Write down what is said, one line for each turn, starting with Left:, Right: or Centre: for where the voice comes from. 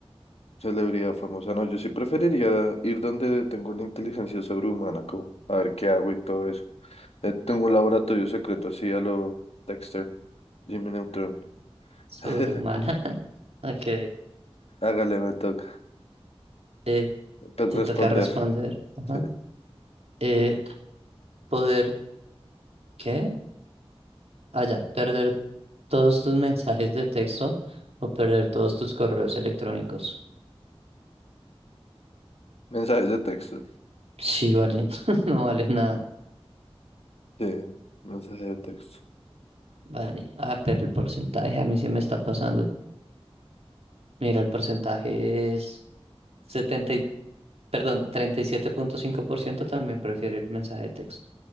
Left: Celebridad famosa. No, yo sí preferiría ir donde tengo la inteligencia sobrehumana, como a ver qué hago y todo eso. Eh, tengo un laboratorio secreto así a lo Dexter, Jimmy Neutron.
Right: Sobrehumana.
Left: <laughs>
Right: <laughs> Ok,
Left: Hágale, me toca.
Right: eh,
Left: Pe-
Right: te
Left: Responder,
Right: toca responder. Ajá.
Left: sí.
Right: Eh, poder, ¿qué? Ah, ya, perder todos tus mensajes de texto o perder todos tus correos electrónicos.
Left: Mensajes de texto,
Right: Sí, vale, <laughs> no vale nada.
Left: sí. Mensajes de texto,
Right: Vale, ah, pero el porcentaje a mí se me está pasando. Mira, el porcentaje es 70 y- perdón, treinta y siete punto cinco por ciento también prefiere el mensaje de texto.